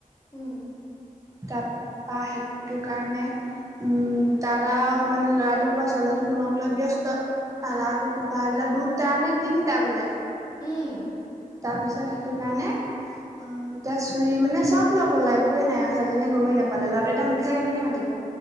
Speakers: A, on the left; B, on the right.
A: হম।
B: তাপা সেইটো কাৰণে উম তাত আও ল'ৰাটো বা ছোৱালীজনী ফোনক লৈ ব্যস্ত
A: উম
B: হোপাই দিলে দুটা নে তিনটা বোলে
A: উম
B: তাৰপিছত সেইটো কাৰণে উম এতিয়া চুৰি মানে চব লৈ গ'ল একোৱে নাই ছোৱালী জনিয়ে গমেই নাপালে ল'ৰাটোয়ে এটা মুখেৰে কেনেকে মাতিব